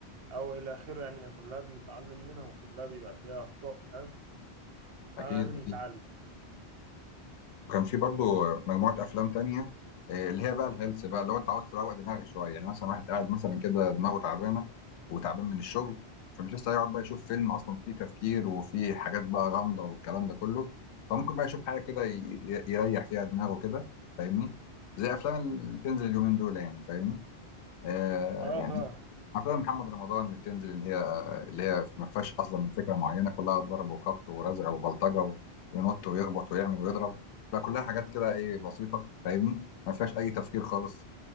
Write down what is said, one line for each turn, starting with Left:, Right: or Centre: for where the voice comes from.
Right: أو إلى آخره يعني كلها بنتعلم منها وكلها بيبقى فيها أخطاء فاهم
Left: اكيد
Right: فاحنا لازم
Left: اكيد
Right: نتعلم
Left: وكان في برضو مجموعة أفلام تانية آه، اللي هي بقى الهيلث بقى لو أنت عاوز تروق دماغك شوية يعني مثلا واحد قاعد مثلا كده دماغه تعبانة وتعبان من الشغل فمش لسه هيقعد بقى يشوف فيلم أصلا فيه تفكير وفيه حاجات بقى غامضة والكلام ده كله فممكن بقى يشوف حاجة كده ي- ي- يريح فيها دماغه كده فاهمني زي أفلام اللي بتنزل اليومين دول يعني فاهمني آه
Right: اه
Left: يعني افلام محمد رمضان اللي بتنزل اللي هي اللي هي ما فيهاش اصلا فكره معينه كلها ضرب وخبط ورزع وبلطجه وينط ويخبط ويعمل ويضرب فكلها حاجات كده ايه بسيطه فاهمني ما فيهاش اي تفكير خالص